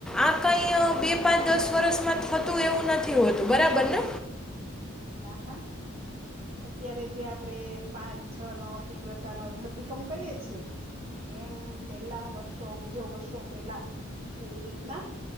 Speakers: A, in the centre; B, on the right.
A: આ કઈ બે પાંચ દસ વર્ષમાં થતું એવું નથી હોતું બરાબર ને
B: હા હા, અત્યારે જે આપડણે પાંચ છ નો તીવ્રતા નો ધરતીકંપ કહીએ છીએ એમ પેલા વર્ષો ઓગજો વર્ષો પેલા એવી રીતના